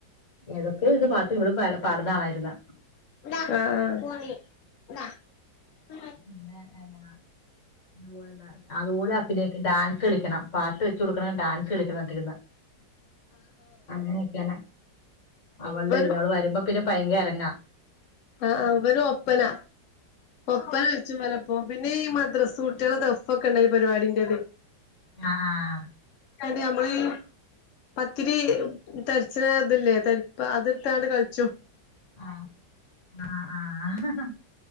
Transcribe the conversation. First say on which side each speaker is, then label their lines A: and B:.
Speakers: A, on the left (about 40°); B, on the left (about 65°).
A: <inaudible> ഇവിളും പ പാടന്നാളായിരുന്ന?
B: അ ആ <inaudible>
A: പിന്നൊന്താ <inaudible> അതുപോലെ അ <unintelligible> ഡാൻസ് കളിക്കണം. പാട്ട് വെച്ച് കൊടുക്കണം. ഡാൻസ് <unintelligible> ണ. അങ്ങനെയൊക്കെയാണ്. അവളുടെ
B: ഇവനും
A: ഇത് അവള് വരുമ്പോ പിന്നെ ബയങ്ക ന്ന
B: ആഅ, ഇവന് ഒപ്പന. ഒപ്പന വെച്ച്മല ഇപ്പൊ പിന്നെ ഈ മദ്രസ് കൂട്ടൃള ദെഫ് ഒക്കെ ഉണ്ടായിര്ന്ന് ഈ പരിപാടിന്റെന്ന്.
A: അ ആ.
B: അത് നമ്മളീ പത്തിരി തരിച്ചിന ഇതില്ലേ തരിപ്പ അത്ട്ത്താണ്ട് കളിച്ചു.
A: ആ, ആ ആ ആഹ് ആഹ്